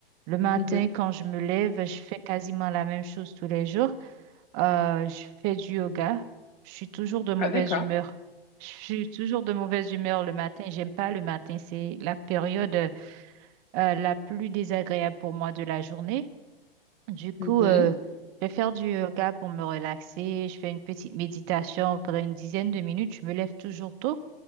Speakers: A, on the right (about 25°); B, on the left (about 45°).
A: Le matin,
B: mhm.
A: quand je me lève, je fais quasiment la même chose tous les jours. Euh, je fais du yoga. Je suis toujours de mauvaise
B: Ah, d'accord.
A: humeur. Je suis toujours de mauvaise humeur le matin. J'aime pas le matin. C'est la période euh, la plus désagréable pour moi de la journée. Du coup,
B: Mhm,
A: euh, je vais faire du yoga pour me relaxer. Je fais une petite méditation pendant une dizaine de minutes. Je me lève toujours tôt,